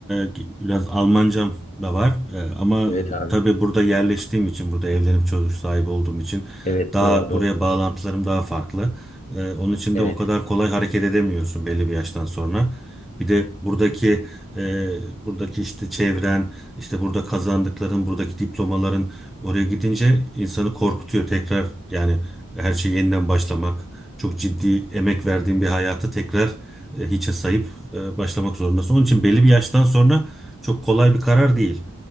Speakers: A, in the centre; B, on the left (about 35°).
A: e, biraz Almancam da var E, ama
B: Evet abi.
A: tabii burada yerleştiğim için, burada evlenip çocuk sahibi olduğum için
B: Evet
A: daha
B: doğru doğru.
A: buraya
B: abi.
A: bağlantılarım daha farklı. E, onun için
B: Evet
A: de o kadar kolay hareket edemiyorsun belli bir yaştan sonra. Bir de buradaki e, buradaki işte çevren, işte burada kazandıkların, buradaki diplomaların oraya gidince insanı korkutuyor tekrar yani her şey yeniden başlamak. Çok ciddi emek verdiğin bir hayatı tekrar e, hiçe sayıp e, başlamak zorundasın. Onun için belli bir yaştan sonra çok kolay bir karar değil.